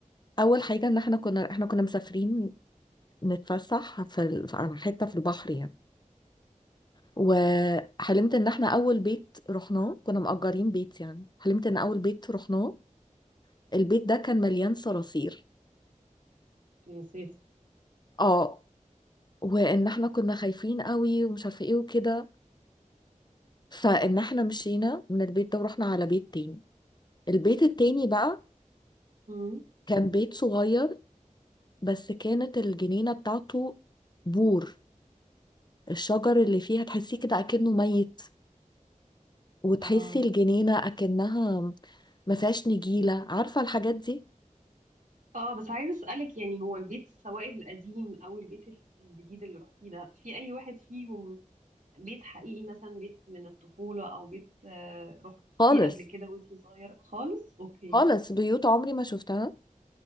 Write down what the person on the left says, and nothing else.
اول حاجه ان احنا كنا احنا كنا مسافرين نتفسح في ال- على حته في البحر يعني وحلمت ان احنا اول بيت رحناه كنا مأجرين بيت يعني حلمت ان اول بيت رحناه البيت ده كان مليان صراصير
اه وان احنا كنا خايفين قوي ومش عارفه ايه وكده فان احنا مشينا من البيت ده ورحنا على بيت تاني البيت التاني بقى
كان بيت صغير بس كانت الجنينه بتاعته بور الشجر اللي فيها تحسيه كده اكنه ميت وتحسي
الجنينه اكنها ما فيهاش نجيله عارفه الحاجات دي
خالص
خالص بيوت عمري ما شفتها